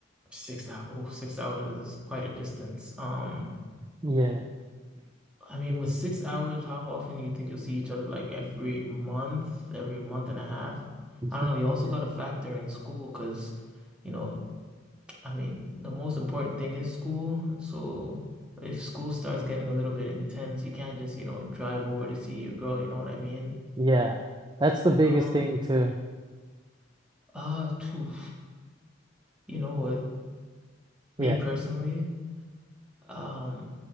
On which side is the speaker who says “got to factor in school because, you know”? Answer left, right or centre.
Centre